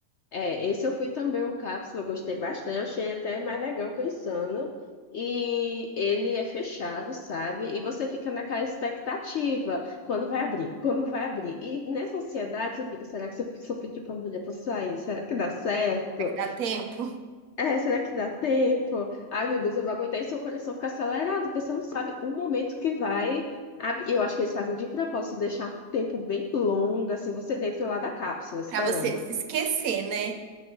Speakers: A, on the left; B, on the right.
A: É, esse eu fui também o Cápsula, eu gostei bastante, eu achei até mais legal que o Insano. E ele é fechado, sabe? E você fica naquela expectativa, quando vai abrir, quando vai abrir. E nessa ansiedade você fica, será que se eu, se eu pedir pra mulher pra sair, será que dá certo?
B: Será que dá tempo?
A: É, será que dá tempo? Ai, meu Deus, eu vou aguentar e seu coração fica acelerado, porque você não sabe o momento que vai. abrir. Eu acho que eles fazem de propósito deixar um tempo bem longo, assim, você dentro lá da cápsula, esperando.
B: Pra você se esquecer, né?